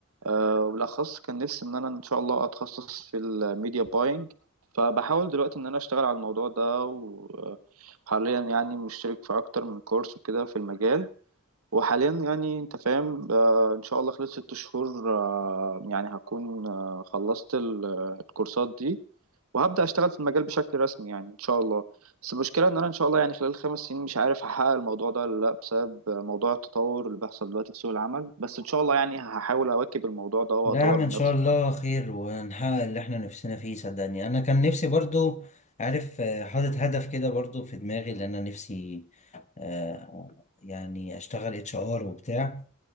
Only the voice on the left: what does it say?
لا يا عم ان
شاء
الله خير ونحقق اللي احنا نفسنا فيه صدقني انا كان نفسي برضو عارف آه، حاطط هدف كده برضو في دماغي لان انا نفسي آه، يعني اشتغل اتش ار وبتاع